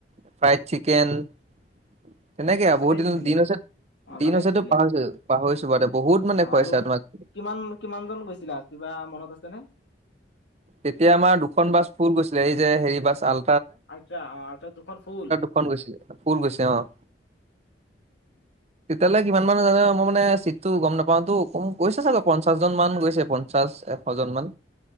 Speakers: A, on the right (about 35°); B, on the left (about 75°).
A: ফ্ৰাইড চিকেন তেনেকৈ আৰু
B: ভালেই
A: বহুত দিনৰ
B: দিছিলে
A: দিন হৈছে।
B: অ
A: দিন
B: ভালেই
A: হৈছেতো
B: দিছিলে
A: পাহৰিছোঁ পাহৰিছোঁ বাৰু বহুত মানে
B: অ
A: খুৱাইছে
B: আৰু
A: তোমাক।
B: কিমান কিমান জন গৈছিলা, কিবা মনত আছেনে?
A: তেতিয়া আমাৰ দুখন বাছ ফুল গৈছিলে, এই যে হেৰি বাছ আল
B: আলট্ৰা অহ' আলট্ৰা দুখন ফুল।
A: দুখন গৈছিলে ফুল গৈছে অ'। তেতিয়াহ'লে কিমান মান জানে মই মানে চিটটো গ'ম নাপাওঁতো গৈছে চাগে পঞ্চাশ জন মান গৈছে পঞ্চাশ। অজনমান।